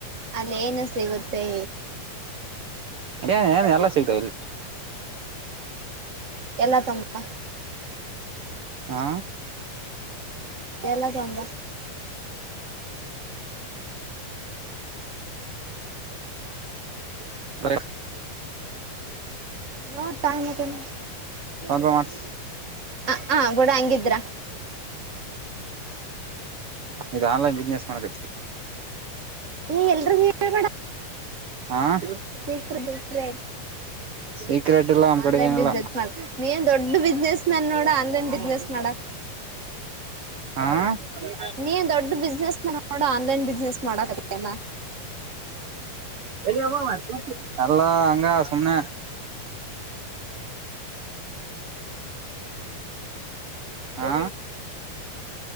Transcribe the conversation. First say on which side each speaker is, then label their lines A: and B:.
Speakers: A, on the right (about 25°); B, on the right (about 60°).
A: ಅಲ್ಲ ಏನು ಸಿಗುತ್ತೆ
B: ಏನ್ ಏನ್ ಎಲ್ಲಾ ಸಿಗ್ತಾವ ಇಲ್ಲಿ
A: ಎಲ್ಲಾ ತಂಪ.
B: ಹಾ
A: ಎಲ್ಲ ತಂಬ.
B: ಅರ
A: ನೋ ಟೈಮ್ ಹತನೆ
B: ಒಪ ಮಾಡಸ.
A: ಹ ಹ ಬೂಡ ಹಂಗಿದ್ರ.
B: ಇ ಆನ್ಲೈನ್ ಬಿಸ್ನೆಸ್ ಮಾಡಕ
A: ಈ ಎಲ್ರಿಗೂ ಹೇಳ್ಬೇಡ
B: ಹ
A: ಬೇಕ್ರ ಬೇಕ ರೇ
B: ಸೀಕ್ರೆಟ್ ಇಲ್ಲ ನಮ್
A: ಆನ್ಲನ್
B: ಕಡೆ ಏನಿಲ್ಲ
A: ಬಿಸ್ನೆಸ್ ನೀಏನ್ ದೊಡ್ಡ ಬಿಸ್ನೆಸ್ ನನ್ ನೋಡ ಆನ್ಲನ್ ಬಿಸ್ನೆಸ್ ಮಾಡಕ್
B: ಹಾ ಟ
A: ನೀನ್ ದೊಡ್ಡ ಬಿಸ್ನೆಸ್ ಮ್ಯಾನ್ ನೋಡ ಆನ್ಲೈನ್ ಬಿಸ್ನೆಸ್ ಮಾಡಕತ್ತಿಯಲ್ಲ
B: ಇ ನಲ್ಲಾ ಹಂಗಾ ಸನ್ನ ಹ